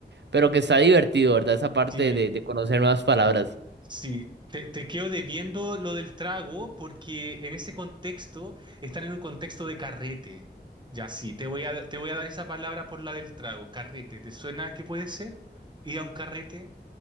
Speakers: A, on the right; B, on the right.
A: pero que está divertido, ¿verdad? Esa parte
B: Sí,
A: de, de conocer nuevas palabras.
B: sí. Te, te quedo debiendo lo del trago porque en ese contexto están en un contexto de carrete. Ya sí, te voy a, te voy a dar esa palabra por la del trago, carrete. ¿Te suena que puede ser? Ir a un carrete,